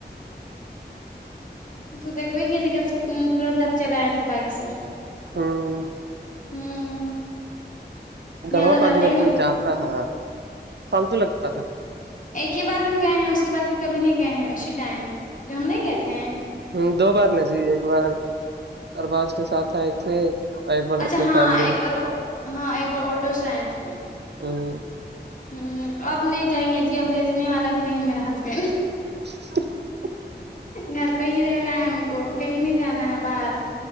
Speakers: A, on the left (about 45°); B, on the right (about 70°).
A: تو دیکھے کی دیکھیے ترنت آپ چل آئے تھے بائک سے
B: ہاں
A: ہوں یہاں
B: گڑوا
A: تو
B: پر
A: ڈالٹے
B: میں
A: گے
B: کوئی
A: نا،
B: جاتا ہے فالتو لگتا ہے
A: ایک ہی بار ہم گئے ہیں اس کے بعد پھر کبھی نہیں گئے ہیں اسی ٹائم جو ہم نہیں گئے تھے ہیں
B: ہ دو بار ن جی ایک بار ارباز کے ساتھ آئے تھے اور ایک بار
A: اچھا
B: اپنی
A: ہاں
B: فیملی
A: ایک
B: کو
A: بار ہاں ایک بار آٹو سے آئے تھے
B: اوراں
A: ہ اب نہیں جائیں گے جی اب لے جاننے والا بھی نہیں ہے میرا ہسبینڈ
B: اچ
A: گھر پہ ہی رہنا ہے ہم کو کہیں نہیں جانا ہے باہر